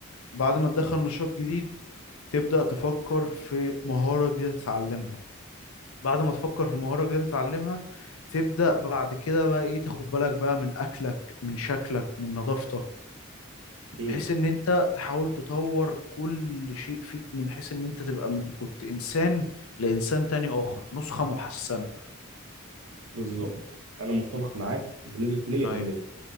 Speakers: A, on the left; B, on the right.
A: بعد ما تدخل نشاط جديد تبدأ تفكر في مهارة جديدة تتعلمها بعد ما تفكر في مهارة جديدة تتعلمها تبدأ بعد كده بقى ايه تاخد بالك بقى من أكلك من شكلك من نظافتك
B: ايه
A: بحيث ان انت تحاول تطور كل شيء فيك من حيث ان انت تبقى من كنت انسان لانسان تاني اخر نسخة محسنة
B: بالظبط انا متفق معاك بنسبه 100%
A: ايوه